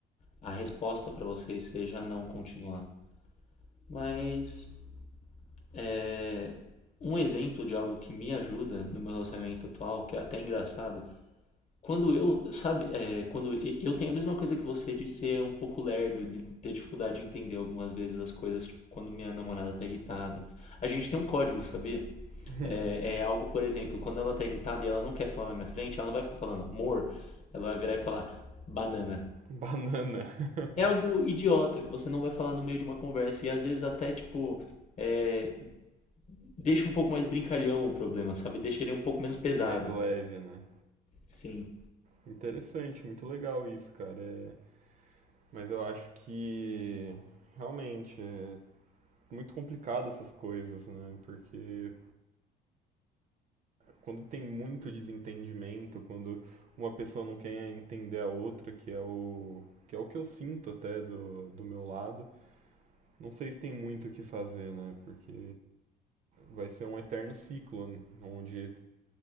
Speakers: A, on the left; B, on the right.
A: a resposta para vocês seja não continuar. Mas é, um exemplo de algo que me ajuda no meu relacionamento atual, que é até engraçado, Quando eu, sabe, é, quando e- eu tenho a mesma coisa que você de ser um pouco lerdo, de ter dificuldade de entender algumas vezes as coisas, tipo, quando minha namorada tá irritada. A gente tem um código, sabia?
B: Uhum.
A: É, é algo, por exemplo, quando ela tá irritada e ela não quer falar na minha frente, ela não vai ficar falando amor, ela vai virar e falar banana.
B: Banana. <laughs>
A: É algo idiota que você não vai falar no meio de uma conversa e às vezes até, tipo, é, deixa um pouco mais brincalhão o problema, sabe? Deixa ele um pouco menos pesado.
B: mais leve, né?
A: Sim.
B: Interessante, muito legal isso, cara. É, Mas eu acho que realmente é, muito complicado essas coisas, né? Porque quando tem muito desentendimento, quando uma pessoa não quer entender a outra, que é o que é o que eu sinto até do, do meu lado, não sei se tem muito o que fazer, né? Porque vai ser um eterno ciclo, né? onde